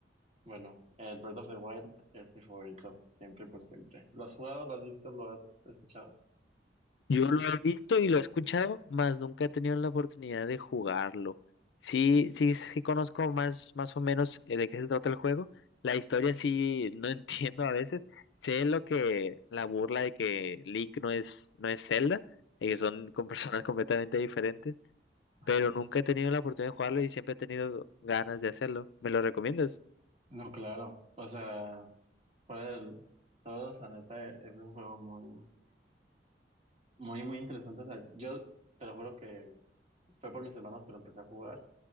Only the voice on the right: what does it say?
Bueno, el Breath of the Wild es mi favorito, siempre por siempre. ¿Lo has jugado, lo has visto, lo has escuchado?
Ah,
No, claro. O sea, fuera del todo, la neta, es un juego muy, muy, muy interesante. O sea, yo te lo juro que fue por mis hermanos que lo empecé a jugar.